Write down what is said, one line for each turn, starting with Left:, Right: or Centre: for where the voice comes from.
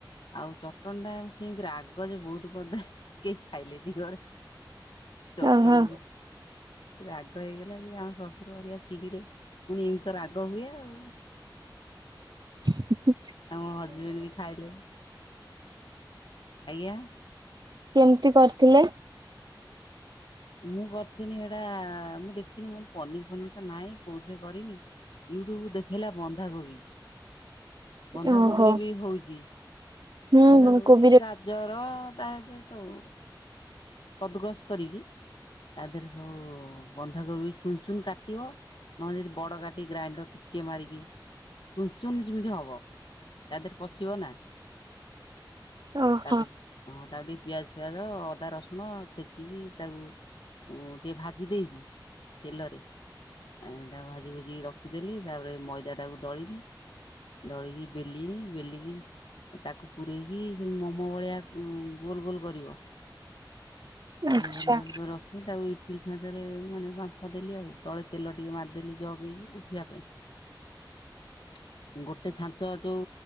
Left: ଆଉ ଚଟଣିଟା ସେମତି ରାଗ ଯେ ବୋହୁତ କରିଦେଲି କେହି ଖାଇଲେନି ଘରେ। ଚଟଟଣି
Right: ଓହୋ
Left: ବୋହୁତ ରାଗ ହେଇଗଲା ଯେ ଆମ ଶଶୁର ହରିକା ଚିଡ଼ିିଲେ ମୁଁ କହିନି ଏମିତି ତ ରାଗହୁଏ ଆଉ।
Right: ହ
Left: ଆଉ ମୋ ହଜବେଣ୍ଡ ବି ଖାଇଲେନି। ଆଜ୍ଞା
Right: କେମିତି କରିଥିଲେ?
Left: ମୁଁ କରିଥିନି ସେଇଟା ମୁଁ ଦେଖିନି ମୁଁନି ପନିର ଫନିର ତ ନାହିଁ କଉଁଥିରେ କରମି ୟୁଟ୍ୟୁବ ଦେଖେଇଲା ବନ୍ଧାକୋବି ବନ୍ଧାକୋବିରେ
Right: ଓହୋ
Left: ବି ହଉଛି
Right: ହୁଁ
Left: ବନ୍ଧାକୋବି
Right: କୋବିରେ
Left: ଗା ଜର ତା ସହିତ ସବୁ କଦଗସ କରିକି ତାଦେହରେ ସବୁ ବନ୍ଧାକୋବି ଚୁନ ଚୁନ୍ କାଟିବ ନହେଲେ ଯଦି ବଡ କାଟିିକ ଗ୍ରାଇଣ୍ଡର ଟିକେ ମାରିକି ଚୁନ ଚୁନ ଯେମିତି ହେବ ତା ଦେହରେ ପଶିବ ନା ଅ
Right: ଓହୋ
Left: ତାକୁ ହ ତାକୁ ଟିକେ ପିଆଜ ଫିଆଜ ଅଦା ରସୁଣ ଛେଚିକି ତାକୁ ମୁଁ ଟିକେ ଭାଜି ଦେଇକି ତେଲରେ ଏ ତାକୁ ଭାଜି ଭୁଜି ରଖିଦେଲି ତାପରେ ମଇଦାଟାକୁ ଦଳିିଲି ଦଳିକି ବେଲିି ବେଲିକି ତାକୁ ପୂରେଇକି ସେମ୍ ମୋମୋ ଭଳିଆ ଉ ଗୋଲ ଗୋଲ କରିବ
Right: ଆଚ୍ଛା।
Left: ଗୋଲ ଗୁଲ କର ର ଖି ତାକୁ ଇଟିଲି ସାଛଞ୍ଚରେ ମାନେ ପାମ୍ଫ ଦେଲି ଆଉ ତଳେ ତେଲ ଟିକେ ମାରିଦେଲି ଜଗେଇକି ଉଠିବା ପାଇଁ ଗୋଟେ ଛାଞ୍ଚ ଅ ଯଉ